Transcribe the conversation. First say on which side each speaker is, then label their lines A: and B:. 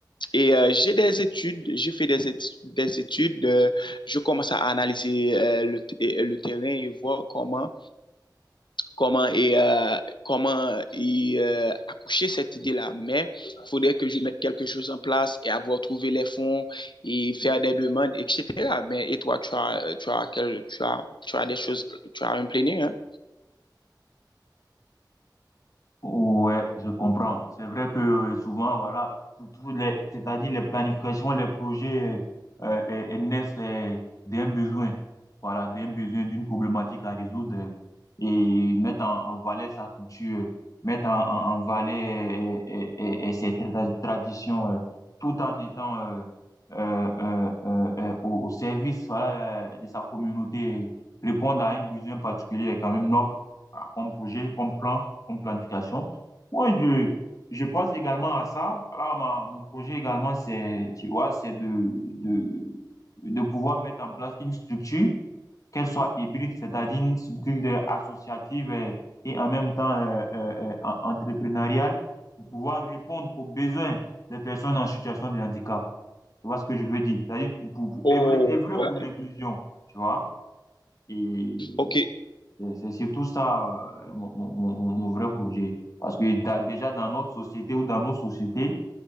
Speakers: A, on the left; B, on the left.
A: Et euh, j'ai des études, j'ai fait des, étu- des études, euh, je commence à analyser euh, le, le terrain et voir comment comment, et, euh, comment et, euh, accoucher cette idée-là. Mais il faudrait que je mette quelque chose en place et avoir trouvé les fonds et faire des demandes, etc. Mais, et toi, tu as, tu as, quel- tu as, tu as des choses, tu as un planning, hein?
B: Ouais, je comprends. C'est vrai que euh, souvent, voilà, tout, tout les, c'est-à-dire les planifications, les projets euh, euh, euh, naissent euh, d'un besoin, voilà, d'un besoin, d'une problématique à résoudre euh, et mettre en, en valeur sa culture, mettre en, en, en valeur euh, euh, euh, euh, ses tra- traditions, euh, tout en étant euh, euh, euh, euh, euh, au, au service, voilà, euh, de sa communauté, répondre à un besoin particulier est quand même noble voilà, comme projet, comme plan, comme planification. Moi, je, je pense également à ça. Voilà, ma- mon projet également, c'est, tu vois, c'est de, de, de pouvoir mettre en place une structure, qu'elle soit hybride, c'est-à-dire une structure de- associative euh, et, en même temps euh, euh, euh, en- entrepreneuriale, pour pouvoir répondre aux besoins des personnes en situation de handicap. Tu vois ce que je veux dire? C'est-à-dire pour, pour, pour
A: Oh,
B: œuvrer, œuvrer
A: ok.
B: pour l'inclusion, tu vois? Et
A: Ok,
B: c'est c'est surtout ça, euh, mon, mon, mon, mon vrai projet. Parce que da- déjà dans notre société ou dans nos sociétés,